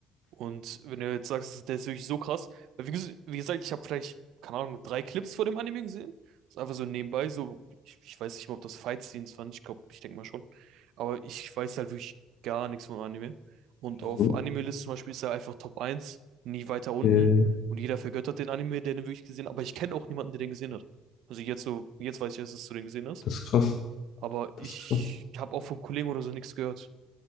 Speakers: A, on the right; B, on the left.
A: Und wenn du jetzt sagst, der ist wirklich so krass, weil wie, ges- wie gesagt, ich habe vielleicht, keine Ahnung, drei Clips vor dem Anime gesehen. Das ist einfach so nebenbei, so, ich, ich weiß nicht mal, ob das Fight-Scenes waren, ich glaube, ich denke mal schon. Aber ich weiß halt wirklich gar nichts vom Anime. Und
B: So,
A: auf Anime-List zum Beispiel ist er einfach Top eins, nie weiter unten.
B: äh,
A: Und jeder vergöttert den Anime, der den wirklich gesehen hat. Aber ich kenne auch niemanden, der den gesehen hat. Also jetzt so, jetzt weiß ich erst, dass du den gesehen hast.
B: das ist krass,
A: Aber
B: das
A: ich
B: ist krass.
A: habe auch von Kollegen oder so nichts gehört.